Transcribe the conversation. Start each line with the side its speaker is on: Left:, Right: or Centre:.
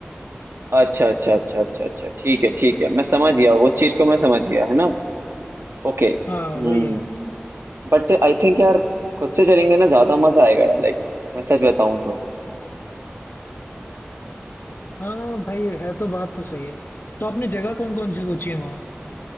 Right: अच्छा अच्छा अच्छा अच्छा अच्छा ठीक है ठीक है मैं समझ गया वो चीज़ को मैं समझ गया है ना Okay Hmm
Left: हाँ वही है
Right: But I think यार खुद से चलेंगे ना ज्यादा मजा आएगा यार लाइक मैं सच बताऊं तो
Left: हाँ भाई है तो बात तो सही है तो आपने जगह कौन कौन सी सोची है वहाँ?